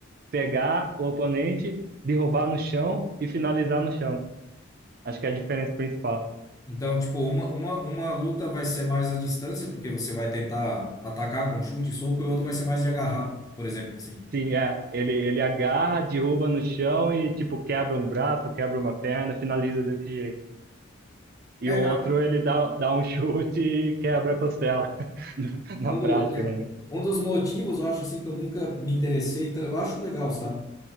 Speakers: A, on the right; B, on the left.
A: pegar o oponente, derrubar no chão e finalizar no chão. Acho que é a diferença principal.
B: Então, tipo, uma, uma, uma luta vai ser mais à distância, porque você vai tentar atacar com chute e soco, e outra vai ser mais de agarrar, por exemplo, assim.
A: Sim, é. Ele, ele agarra, derruba no chão e, tipo, quebra um braço, quebra uma perna, finaliza desse jeito. E
B: É,
A: o
B: cara,
A: outro, ele dá, dá um <laughs> chute e quebra a costela, <laughs> na
B: mundo
A: prática, né? mano?
B: Um dos motivos, eu acho assim, que eu nunca me interessei, tan- eu acho legal, sabe?